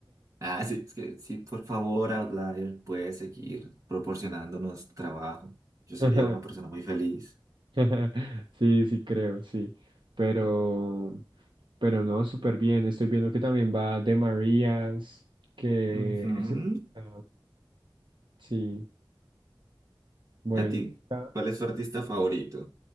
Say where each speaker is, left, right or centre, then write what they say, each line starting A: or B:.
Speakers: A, on the right; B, on the right.
A: Ah, sí, es que sí, por favor, Outlier, puede seguir proporcionándonos trabajo. Yo sería
B: <laughs>
A: una persona muy feliz.
B: <laughs> Sí, sí creo, sí. Pero, pero no, súper bien. Estoy viendo que también va de Marías, que
A: Ujú.
B: ese- ah, sí, bueno.
A: ¿A ti?
B: está-
A: ¿Cuál es tu artista favorito?